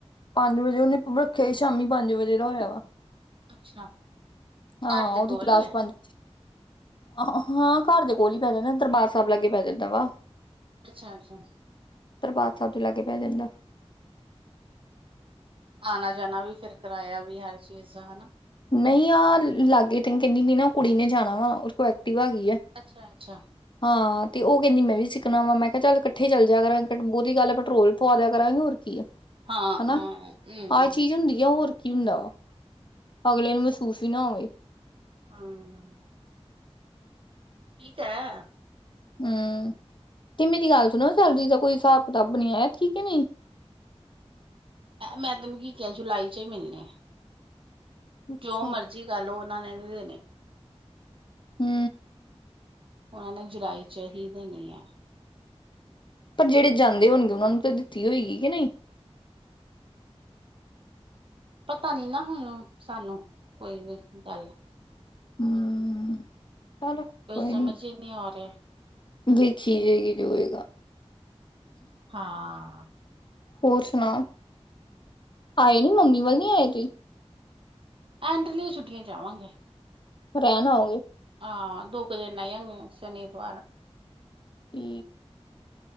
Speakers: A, on the left; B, on the right.
A: ਪੰਜ-ਵਜੇ ਉਹਨੇ ਤਗ ਈ ਸ਼ਾਮੀ ਪੰਜ- ਵਜੇ ਦਾ, ਹੋਇਆ ਵਾ।
B: ਅੱਛਾ
A: ਹਾਂ,
B: ਘਰ ਦੇ
A: ਉਹਦੀ
B: ਕੋਲ
A: ਕਲਾਸ
B: ਹੀ ਹੈ
A: ਪੰਜ ਹ, ਹਾਂ। ਘਰ ਦੇ ਕੋਲ ਹੀਈ ਪੈ ਜਾਂਦਾ, ਦਰਬਾਰ ਸਾਹਿਬ ਲਾਗੇ ਪੈ ਜਾਂਦਾ ਵਾ।
B: ਅੱਛਾ-ਅੱਛਾ।
A: 'ਦਰਬਾਰ ਸਾਹਿਬ' ਤੋਂ ਲਾਗੇ ਪੈ ਜਾਂਦਾ।
B: ਆਣਾ ਜਾਣਾ ਵੀ ਫਿਰ ਕਰਾਇਆ ਵੀ, ਹਰ ਚੀਜ਼ ਹਨਾ।
A: ਨਹੀਂ ਆਹ ਲਾਗੇ ਤ, ਕਹਿੰਦੀ ਵੀ ਨਾ ਕੁੜੀ ਨੇ ਜਾਣਾ ਵਾ ਕੋ ਐਕਟੀਵਾ ਹੈਗੀ ਹੈ।
B: ਅੱਛਾ ਅੱਛਾ
A: ਹਾਂ ਤੇ, ਉਹ ਕਹਿੰਦੀ ਮੈਂ, ਵੀ ਸਿੱਖਣਾ ਵਾ, ਮੈਂ ਕਿਹਾ ਚੱਲ ਇਕੱਠੇ ਚੱਲ ਜਾਿਆ ਕਰਾਂਗੇ, ਬਹੁਤੀ ਗੱਲ ਹੈ, ਪੈਟਰੋਲ ਪਵਾ ਦਿਆ ਕਰਾਂਗੇ ਹੋਰ ਕੀ ਆ
B: ਹਾਂ,
A: ਹਨਾ
B: ਹਾਂ ਹੂੰ।
A: ਆਹ ਚੀਜ਼ ਹੁੰਦੀ ਆ ਹੋਰ ਕੀ ਹੁੰਦਾਓ ਅਗਲੇ ਨੂੰ ਮਹਸੂਸ ਹੀ ਨਾ ਹੋਵੇ।
B: ਹੂੰ ਠੀਕ ਹੈ।
A: ਹਮ, ਤੇ ਮੇਰੀ ਗੱਲ ਸੁਣੋ ਸੈਲਰੀ ਦਾ ਕੋਈ ਹਿਸਾਬ-ਕਿਤਾਬ ਬਨੀਆ ਹੈ, ਕੇ ਨਹੀਂ?
B: ਮੈਂ, ਤੈਨੂੰ ਕੀ ਕਿਹਾ ਜੁਲਾਈ'ਚ ਹੀ ਮਿਲਣੇ ਆ।
A: ਅੱਛਾ
B: ਜੋ ਮਰਜੀ ਕਾਰ ਲੋ ਨਾਲੈ ਨਈ ਦੇਣੇ।
A: ਹੂੰ।
B: ਉਹਨਾਂ ਨੇ, ਜੁਲਾਈ'ਚ ਹੀ ਦੇਣੇ ਆ।
A: ਪਰ ਜਿਹੜੇ ਜਾਂਦੇ ਹੋਣਗੇ, ਉਹਨਾਂ ਨੂੰ ਤਾਂ ਦਿੱਤੀ ਹੋਏਗੀ, ਕਿ ਨਹੀਂ।
B: ਪਤਾ ਨੀ ਨਾ ਹੁਣ ਸਾਨੂੰ ਕੋਈ ਵੀ ਗੱਲ
A: ਹਮ ਚਲੋ ਕੋਈ
B: ਸਮਝ
A: ਨੀ
B: ਹੀ ਨਹੀਂ ਆ ਰਿਹਾ
A: ਵੇਖੀ ਜਾਏਗੀ ਜੋ ਹੋਏਗਾ।
B: ਹਾਂ।
A: ਹੋਰ ਸੁਣਾਓ ਆਏ ਨੀ ਮੰਮੀ ਵੱਲ ਨੀ ਆਏ ਤੁਂਸੀ।
B: ਐਂਡਲੀ ਛੁੱਟੀਆਂ ਚ ਆਵਾਂਗੇ।
A: ਰਹਿਣ ਆਓਗੇ
B: ਆਹ ਦੋ ਕੁ ਦਿਨ ਰੈਜਾਗੇ। ਸ਼ਨੀ, ਇਤਵਾਰ
A: ਹੂੰ।